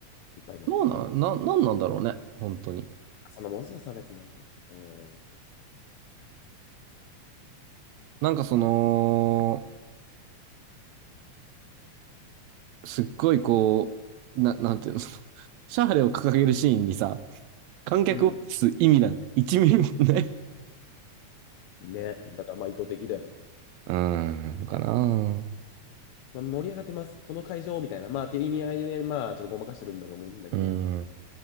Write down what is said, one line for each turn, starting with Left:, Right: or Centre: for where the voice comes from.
Left: いっぱいいるのでみたいな。
Right: どうなな、なんなんだろうね。本当に。
Left: そんなもんすよ、差別なんて。うん。
Right: なんかその、すっごいこう、な、なんていうの、シャーレを掲げるシーンにさ、観客を映す意味なんて1ミリもない
Left: うん。ね。だからまあ意図的だよね。
Right: うーん、かな。
Left: まあ、盛り上がってます。この会場みたいな。まあっていう意味合いで、まあちょっとごまかしてるんだと思うんだけど。
Right: うーん、